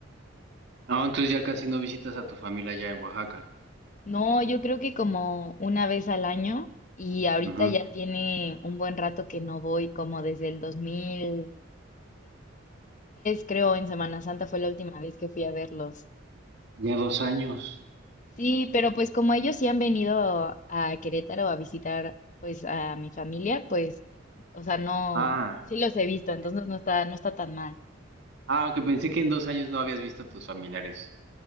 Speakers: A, on the right; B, on the left.
A: Ah, entonces ya casi no visitas a tu familia allá en Oaxaca.
B: No, yo creo que como una vez al año y ahorita
A: Ujú.
B: ya tiene un buen rato que no voy, como desde el 2023, creo, en Semana Santa fue la última vez que fui a verlos.
A: Ya dos años.
B: Sí, pero pues como ellos sí han venido a Querétaro a visitar pues a mi familia, pues, o sea, no,
A: Ah,
B: sí los he visto,
A: ok.
B: entonces no está, no está tan mal.
A: Ah, que pensé que en dos años no habías visto a tus familiares.